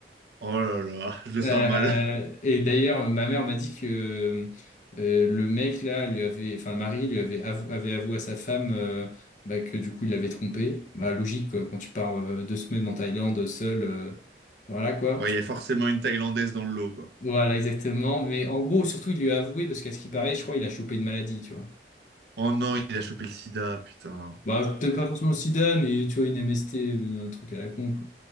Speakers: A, on the right; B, on the left.
A: Oh là là, je le sens
B: Euh,
A: mal. <laughs>
B: et d'ailleurs, ma mère m'a dit que euh, le mec là lui avait, enfin le mari lui avait avou- avait avoué à sa femme euh, bah, que du coup il l'avait trompé. Bah logique quoi, quand tu pars euh, deux semaines en Thaïlande seul, euh, voilà quoi.
A: Ouais, il y a forcément une Thaïlandaise dans le lot, quoi.
B: Voilà exactement. Mais en gros, surtout il lui a avoué parce qu'à ce qui paraît, je crois il a chopé une maladie, tu vois.
A: Oh non, il a chopé le sida, putain.
B: Bah peut-être pas forcément le sida, mais tu vois une MST, un truc à la con quoi.